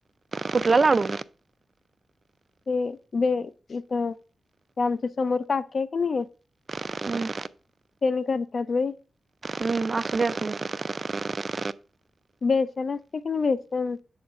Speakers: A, on the right; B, on the left.
A: कुठला लाडू
B: ते बे इथ आमच्या समोर काकी आहे कनी
A: हं,
B: तेनी करत्यात बाई
A: हुं आसूदे आसूदे
B: बेसन असतय कनी बेसन